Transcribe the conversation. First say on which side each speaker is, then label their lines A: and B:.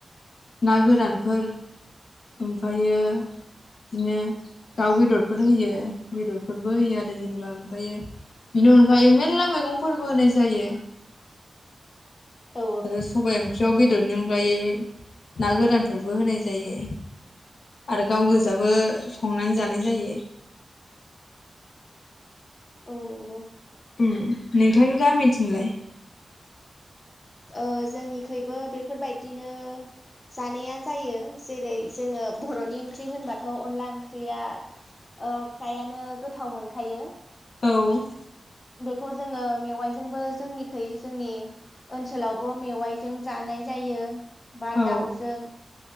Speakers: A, on the left; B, on the left.
A: ना गोरानफोर ओमफ्रायो बिदिनो दाउ बेदरफोर होयो बेदरफोरबो होयो आरो जेनेबा ओमफ्रायो बिनि अनगायै मेरला मैगं फोरबो होनाय जायो
B: औ
A: आरो सबाय ओंख्रियाव बेदर नि अनगायै ना गोरानफोरबो होनाय जायो आरो गाव गोजाबो संनानै जानाय जायो
B: औ नंगौ
A: उम नों थांनि गामिथिंलाय
B: ओ जोंनिखुइबो बेफोरबायदिनो जानाया जायो जेरै जोङो बर'नि ओंख्रि होनबाथ' अनला ओंख्रिया ओ फ्रायानो गोथाव मोनखायो
A: औ
B: बेखौ जोङो मेवाइजोंबो जोंनिखै जोंनि ओनसोलावबो मेवाइजों जानाय जायो बा
A: औ
B: दाउजों